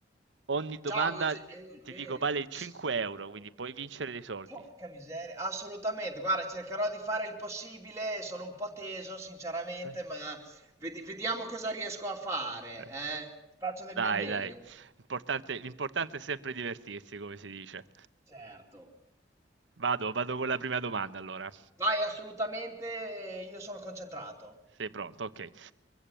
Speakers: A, on the right (about 85°); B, on the right (about 15°).
A: Ogni domanda,
B: Ciao Ege-
A: ti
B: Eugenio.
A: dico, vale 5
B: Sì,
A: euro, quindi puoi vincere dei soldi.
B: Porca miseria, assolutamente. Guarda, cercherò di fare il possibile. Sono un po' teso, sinceramente,
A: Eh.
B: ma ved- vediamo cosa riesco a fare.
A: Eh.
B: eh. Faccio del
A: Dai,
B: mio meglio.
A: dai. L'importante l'importante è sempre divertirsi, come si dice.
B: Certo.
A: Vado, vado con la prima domanda allora.
B: Vai, assolutamente. Io sono concentrato.
A: Sei pronto? Ok.